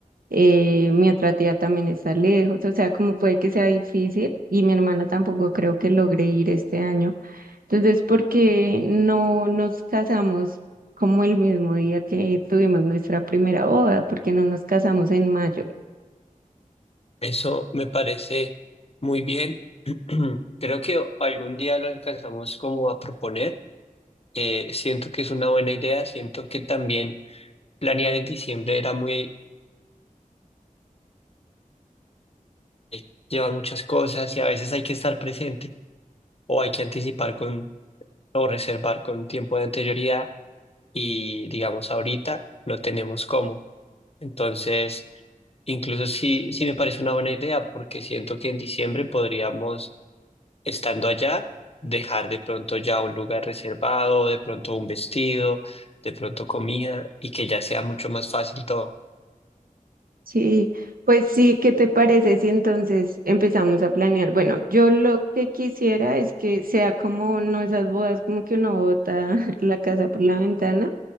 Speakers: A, on the right; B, on the left.
A: eh, mi otra tía también está lejos, o sea, como puede que sea difícil y mi hermana tampoco creo que logre ir este año. Entonces, ¿por qué no nos casamos como el mismo día que tuvimos nuestra primera boda? ¿Por qué no nos casamos en mayo?
B: eso me parece muy bien. <clears throat> Creo que algún día lo alcanzamos como a proponer. Eh, siento que es una buena idea, siento que también Planear en diciembre era muy, eh, lleva muchas cosas y a veces hay que estar presente o hay que anticipar con o reservar con tiempo de anterioridad y digamos ahorita no tenemos cómo. Entonces, incluso sí, sí me parece una buena idea porque siento que en diciembre podríamos, estando allá, dejar de pronto ya un lugar reservado, de pronto un vestido, de pronto comida y que ya sea mucho más fácil todo.
A: Sí, pues sí, ¿qué te parece si entonces empezamos a planear? Bueno, yo lo que quisiera es que sea como no esas bodas como que uno bota <laughs> la casa por la ventana